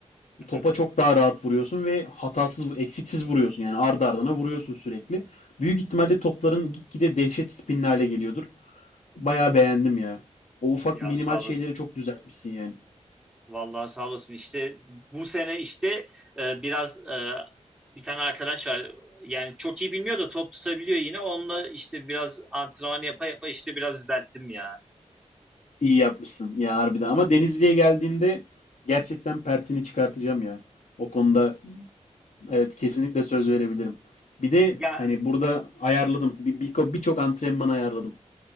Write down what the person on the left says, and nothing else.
topa çok daha rahat vuruyorsun ve hatasız, eksiksiz vuruyorsun. Yani ardı ardına vuruyorsun sürekli. Büyük ihtimalle topların gitgide dehşet spinli hale geliyordur. Bayağı beğendim ya. O ufak
minimal
şeyleri
çok düzeltmişsin yani.
İyi yapmışsın ya harbiden. Ama Denizli'ye geldiğinde gerçekten pertini çıkartacağım ya. O konuda evet kesinlikle söz verebilirim. Bir de
hani burada ayarladım. Bir, bir, birçok antrenman ayarladım.